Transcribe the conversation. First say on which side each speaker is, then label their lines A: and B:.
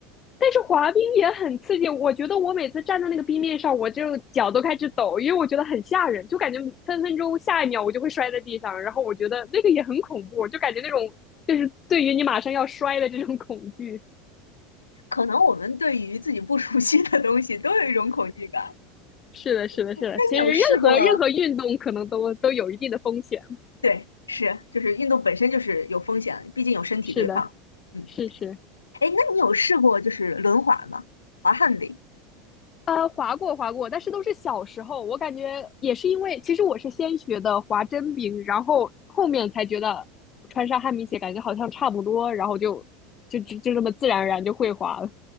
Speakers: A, on the left; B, on the left.
A: 但是滑冰也很刺激，我觉得我每次站在那个冰面上，我就脚都开始抖，因为我觉得很吓人，就感觉分分钟下一秒我就会摔在地上，然后我觉得那个也很恐怖，就感觉那种就是对于你马上要摔的这种恐惧。
B: 可能我们对于自己不熟悉的东西都有一种恐惧感。
A: 是的，是的，
B: 那你有试过？
A: 是的，其实任何任何运动可能都都有一定的风险。
B: 对，是，就是运动本身就是有风险，毕竟有身体对抗。
A: 是的，
B: 嗯，
A: 是是。
B: 哎，那你有试过就是轮滑吗？滑旱冰？
A: 呃，滑过滑过，但是都是小时候。我感觉也是因为，其实我是先学的滑真冰，然后后面才觉得穿上旱冰鞋感觉好像差不多，然后就就就就这么自然而然就会滑了。